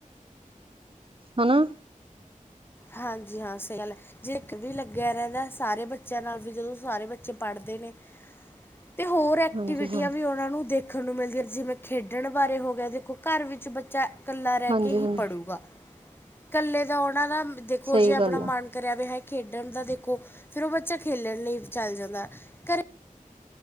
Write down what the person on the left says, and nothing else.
ਹਾਂਜੀ ਹਾਂ ਸਹੀ ਗੱਲ ਜੇ ਇੱਕ ਵੀ ਲੱਗਿਆ ਰਹਿੰਦਾ ਸਾਰੇ ਬੱਚਿਆਂ ਨਾਲ ਵੀ ਫ ਜਦੋਂ ਸਾਰੇ ਬੱਚੇ ਪੜ੍ਹਦੇ ਨੇ ਤੇ ਹੋਰ ਐਕਟੀਵਿਟੀਆਂ
ਵੀ ਉਹਨਾਂ ਨੂੰ ਦੇਖਣ ਨੂੰ ਮਿਲਦੀਆਂ ਜਿਵੇਂ ਖੇਡਣ ਬਾਰੇ ਹੋ ਗਿਆ ਦੇਖੋ ਘਰ ਵਿੱਚ ਬੱਚਾ ਇਕੱਲਾ ਰਹਿ
ਕੇ ਹੀ ਪੜੇਗਾ ਇਕੱਲੇ ਤਾਂ ਆਉਣਾ ਨਾ ਦੇਖੋ
ਜੇ ਆਪਣਾ
ਮਨ
ਕਰਿਆ ਵੀ ਖੇਡਣ ਦਾ ਦੇਖੋ ਫੇਿਰ ਉਹ ਬੱਚਾ ਖੇਲਣ ਲਈ ਚੱਲ ਜਾਂਦਾ <unintelligible>